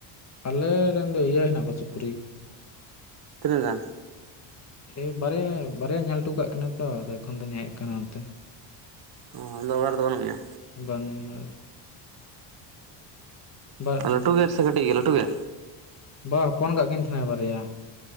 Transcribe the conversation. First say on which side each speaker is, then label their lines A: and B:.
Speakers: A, on the left; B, on the right.
A: ᱟᱞᱮ ᱨᱮᱱ ᱫᱚ ᱤᱭᱟᱹ ᱦᱮᱱᱟᱜ ᱠᱚᱣᱟ ᱥᱩᱠᱨᱤ᱾
B: ᱛᱤᱱᱟᱹᱜ ᱜᱟᱱ?
A: <unintelligible> ᱮᱭ ᱵᱟᱨᱭᱟ ᱵᱟᱨᱭᱟᱧ ᱧᱮᱞ ᱦᱚᱴᱚ ᱠᱟᱜ ᱠᱤᱱᱟ ᱛᱚ ᱟᱫᱚ ᱮᱠᱷᱚᱱ ᱫᱩᱧ ᱦᱮᱡ ᱠᱟᱱᱟ ᱱᱚᱛᱮ᱾
B: ᱚ ᱟᱢ ᱫᱚ ᱚᱲᱟᱜ ᱨᱮᱫᱚ ᱵᱟᱹᱱᱩᱜ ᱢᱮᱭᱟ?
A: ᱵᱟᱹᱱᱩᱧᱟ᱾ ᱵᱟ
B: ᱩᱸ ᱞᱟᱴᱩ ᱜᱮᱭᱟ ᱥᱮ ᱠᱟᱴᱤᱡ ᱜᱮᱭᱟ, ᱞᱟᱹᱴᱩ ᱜᱮ?
A: ᱵᱟ ᱦᱚᱯᱚᱱ ᱠᱟᱜ ᱠᱤᱱ ᱛᱟᱦᱮᱱᱟᱭ ᱵᱟᱨᱭᱟ᱾